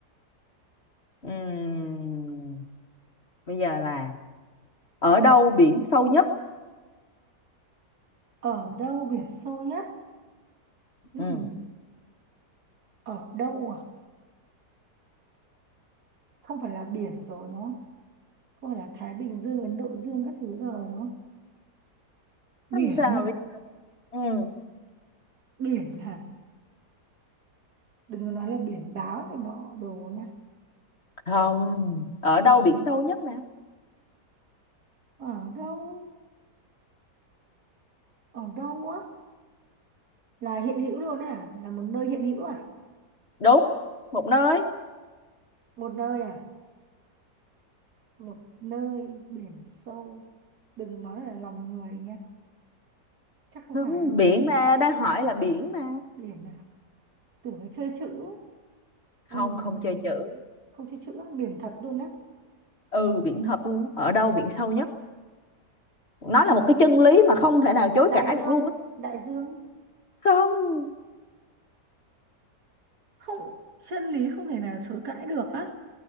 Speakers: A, on the left (about 40°); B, on the right (about 65°).
A: Ừm, bây giờ là ở đâu biển sâu nhất
B: ở đâu biển sâu nhất Ừm,
A: ừ.
B: ở đâu à không phải là biển rồi đúng không không phải là Thái Bình Dương Ấn Độ Dương các thứ rồi đúng không biển
A: không sao mà biết ừ.
B: biển hả đừng có nói là biển báo này nọ đồ nha
A: không ở đâu biển sâu nhất nè
B: ở đâu ở đâu á là hiện hữu luôn à là một nơi hiện hữu à
A: đúng một nơi
B: một nơi à một nơi biển sâu đừng nói là lòng người nha chắc không
A: không
B: phải đâu
A: biển mà đang hỏi là biển mà
B: biển à tưởng là chơi chữ Ừm,
A: không không chơi chữ
B: không chơi chữ biển thật luôn á
A: ừ biển thật luôn á. ở đâu biển sâu nhất nó
B: thì
A: là một cái
B: ờ,
A: chân lý mà không thể nào chối
B: đại
A: cãi
B: dương
A: được luôn á
B: đại dương
A: không
B: không chân lý không thể nào chối cãi được á